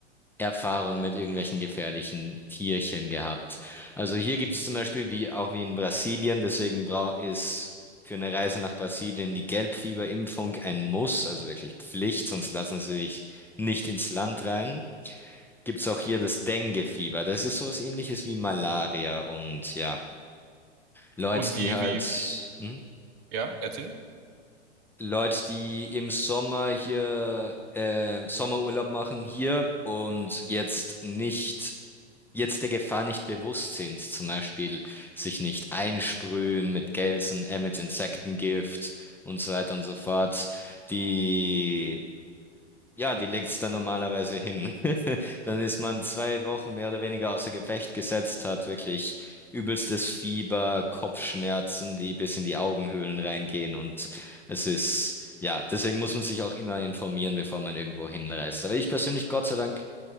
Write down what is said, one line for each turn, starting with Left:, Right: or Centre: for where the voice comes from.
Centre: Erfahrung mit irgendwelchen gefährlichen Tierchen gehabt. Also hier gibt es zum Beispiel wie auch wie in Brasilien, deswegen bra ist für eine Reise nach Brasilien die Gelbfieberimpfung ein Muss, also wirklich Pflicht, sonst lassen sie sich nicht ins Land rein gibt's auch hier das Dengue-Fieber. Das ist so was Ähnliches wie Malaria. Und ja, Leute,
Right: Und
Centre: die
Right: wie,
Centre: halt,
Right: wie,
Centre: hm?
Right: ja, erzähl.
Centre: Leute, die im Sommer hier äh, Sommerurlaub machen hier und jetzt nicht, jetzt der Gefahr nicht bewusst sind, zum Beispiel sich nicht einsprühen mit Gelsen, äh, mit Insektengift und so weiter und so fort, die Ja, die legt's dann normalerweise hin. <laughs> Dann ist man zwei Wochen mehr oder weniger außer Gefecht gesetzt, hat wirklich übelstes Fieber, Kopfschmerzen, die bis in die Augenhöhlen reingehen und es ist, ja, deswegen muss man sich auch immer informieren, bevor man irgendwo hinreist. Aber ich persönlich, Gott sei Dank,